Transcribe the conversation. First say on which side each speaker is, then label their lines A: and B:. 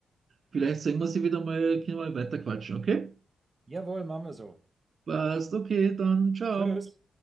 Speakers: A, on the right; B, on the right.
A: vielleicht sehen wir sie wieder mal, können wir mal weiter quatschen, okay?
B: Jawohl, machen wir so.
A: Passt, okay, dann ciao.
B: Tschüss.